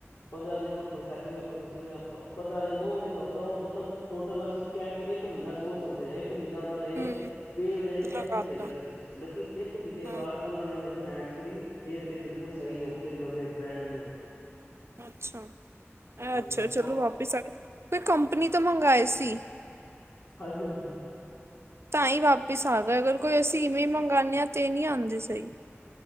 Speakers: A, on the left; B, on the right.
A: ਪੰਦਰਾਂ ਦਿ ਪਰ ਪ੍ਰੋਸੈਸਿੰਗ, ਪ੍ਰੋਸਸਿੰਗ ਮੇਂ, ਪੰਦਰਾਂ ਦਿਨ ਹੋ, ਇੱਕ ਹਫ਼ਤਾ ਹੋ ਮਤਲਬ ਟੋਟਲ ਅਸੀਂ ਕਹਿ ਕੇ, ਇੱਕ ਮਹੀਨਾ ਸੋਚ ਸਕਦੇ ਹਾਂ। ਇੱਕ ਮਹੀਨਾ ਉਹ ਨੇ
B: ਹੂੰ
A: ਬੇਵਜ਼ਾਰੀ ਟੈਨਸ਼ਨ
B: ਲਗਾਤਾ
A: ਦੇ ਕੇ ਰੱਖੀ। ਲੇਕਿਨ ਇੱਕ ਮਹੀਨੇ
B: ਹਾਂ
A: ਬਾਅਦ ਉਹਨਾਂ ਨੇ ਮੈਨੂੰ ਹੈਂਡ ਫਰੀ ਦੇ ਤੇ, ਬਿਲਕੁਲ ਸਹੀ, ਓਕੇ ਨਵੇਂ, ਬ੍ਰੈਂਡ ਨਿਊ।
B: ਅੱਛਾ, ਏ ਅੱਛਾ
A: ਉਹ
B: ਚਲੋ ਵਾਪਿਸ ਆ ਗਏ, ਕੋਈ ਕੰਪਨੀ ਤੋਂ ਮੰਗਵਾਏ ਸੀ?
A: ਹਾਂਜੀ, ਹਾਂਜੀ।
B: ਤਾਂ ਹੀ ਵਾਪਿਸ ਆ ਗਏ। ਅਗਰ ਕੋਈ ਅਸੀਂ ਇਵੇਂ ਹੀ ਮੰਗਵਾਉਂਦੇ ਹਾਂ, ਤੇ ਨਹੀਂ ਆਉਂਦੇ ਸਹੀ।